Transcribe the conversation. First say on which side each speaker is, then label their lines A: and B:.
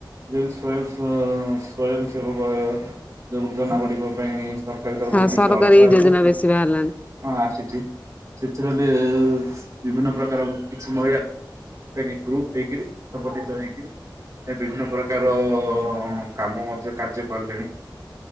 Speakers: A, on the right; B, on the left.
A: ଯେ ସ୍ବୟଂ <unintelligible> ସ୍ବୟଂ ସବବୟ ଯୋଜନା ଗୁଡିକ ପାଇଁ ସରକାର ତରଫରୁ
B: ହଁ
A: କିଛି
B: ସରକାରୀ
A: ଅର୍ଥ ଆସୁଅଛି।
B: ଯୋଜନା ବେଶୀ ବାହାରିଲାଣି
A: ହଁ ଆସିଛି, ସେଥିରେଲେ ବିଭିନ୍ନ ପ୍ରକାର କିଛି ମହିଳା ଏନେ ଗ୍ରୁପ ଦେଇକିରି ସମ୍ପତ୍ତି ହଇକରି ବିଭିନ୍ନ ପ୍ରକାର କାମ ମଧ୍ୟ କାର୍ଯ୍ୟ କିଲେଣି।